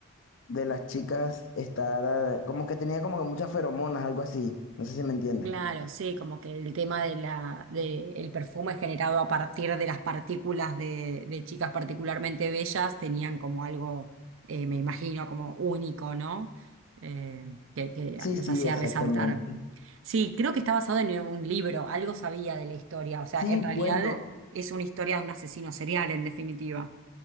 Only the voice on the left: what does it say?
de las chicas estar, ah, como que tenía como que muchas feromonas, algo así. No sé si me entiendes.
Sí,
sí,
exactamente.
Sí,
bueno,